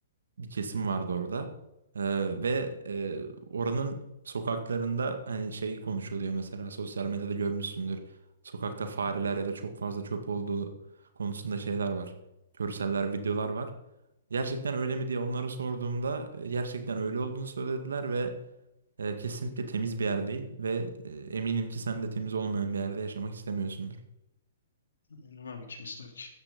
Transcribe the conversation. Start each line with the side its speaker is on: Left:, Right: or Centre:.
Right: bir kesim vardı orada. Ee, ve e, oranın sokaklarında hani şey konuşuluyor mesela sosyal medyada görmüşsündür. Sokakta fareler ya da çok fazla çöp olduğu konusunda şeyler var. Görseller, videolar var. Gerçekten öyle mi diye onlara sorduğumda e, gerçekten öyle olduğunu söylediler ve e, kesinlikle temiz bir yer değil ve e, eminim ki sen de temiz olmayan bir yerde yaşamak istemiyorsundur.
Left: Aynen abi kim ister ki?